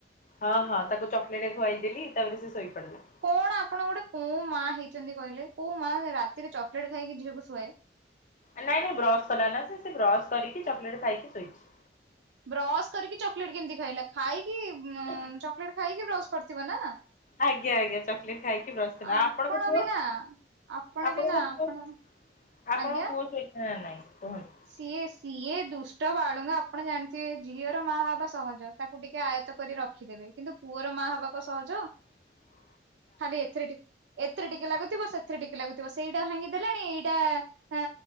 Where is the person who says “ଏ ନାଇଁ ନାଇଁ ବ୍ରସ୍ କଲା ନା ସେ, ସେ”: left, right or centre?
Left